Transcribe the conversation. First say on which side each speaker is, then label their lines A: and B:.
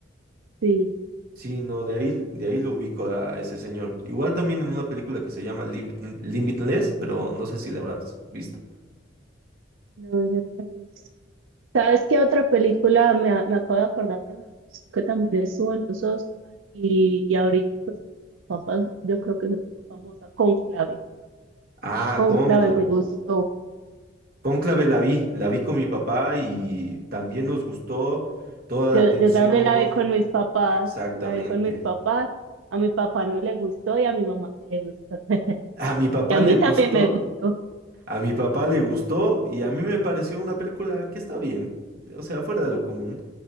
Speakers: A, on the right; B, on the right.
A: Sí,
B: Sí, no, de ahí, de ahí lo ubico a, ese señor. Igual también en una película que se llama Limit- Limitless, pero no sé si la habrás visto.
A: no, yo no la he visto. ¿Sabes qué otra película me, a- me acabo de acordar que me gustó, que también estuvo en los Oscars y, y ahorita, pues, papas, yo creo que se puso famosa, Conclave.
B: Ah,
A: Conclave
B: Cónclave.
A: me gustó.
B: Cónclave la vi, la vi con mi papá y también nos gustó toda
A: Yo,
B: la tensión.
A: yo también la vi con mis papás,
B: Exactamente.
A: la vi con mis papás. A mi papá no le gustó y a mi mamá sí le gustó. <laughs>
B: A mi papá
A: Y a
B: le
A: mí también
B: gustó,
A: me gustó.
B: a mi papá le gustó y a mí me pareció una película que está bien, o sea, fuera de lo común.